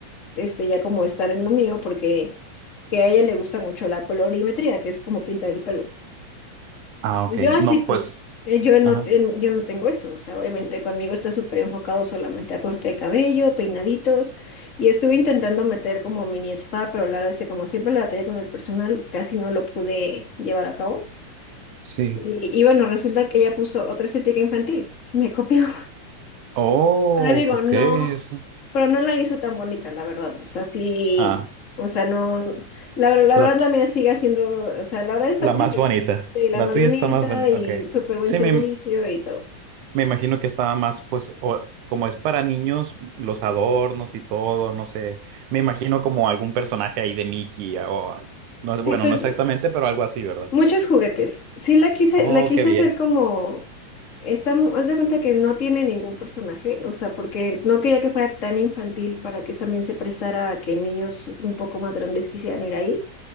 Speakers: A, on the left; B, on the right.
A: este, ya como estar en lo mío porque que a ella le gusta mucho la colorimetría, que es como pintar el pelo.
B: Ah,
A: Y
B: ok.
A: yo así,
B: No,
A: pues,
B: pues.
A: eh, yo no,
B: Ajá.
A: en- yo no tengo eso. O sea, obviamente conmigo está súper enfocado solamente a corte de cabello, peinaditos. Y estuve intentando meter como mini spa, pero la verdad es que como siempre la batalla con el personal, casi no lo pude llevar a cabo.
B: Sí.
A: Y, y bueno, resulta que ella puso otra estética infantil. Me copió.
B: Oh,
A: Pero digo,
B: ok.
A: no,
B: Eso.
A: pero no la hizo tan bonita, la verdad. O sea, sí,
B: Ah.
A: o sea, no, la, ver- la
B: la
A: verdad la mía sigue haciendo, o sea, la verdad está
B: La
A: preciosa.
B: más bonita.
A: Sí, la
B: La
A: más
B: tuya
A: bonita
B: está más bonita.
A: y
B: Ok.
A: súper buen
B: Sí,
A: servicio
B: me,
A: y todo.
B: me imagino que estaba más, pues, o- como es para niños, los adornos y todo, no sé. Me imagino como algún personaje ahí de Mickey o no es,
A: Sí,
B: bueno,
A: pues
B: no exactamente, pero algo así, ¿verdad?
A: muchos juguetes. Sí, la quise,
B: Oh,
A: la quise
B: qué bien.
A: hacer como, está, mu- haz de cuenta que no tiene ningún personaje, o sea, porque no quería que fuera tan infantil para que también se prestara a que niños un poco más grandes quisieran ir ahí.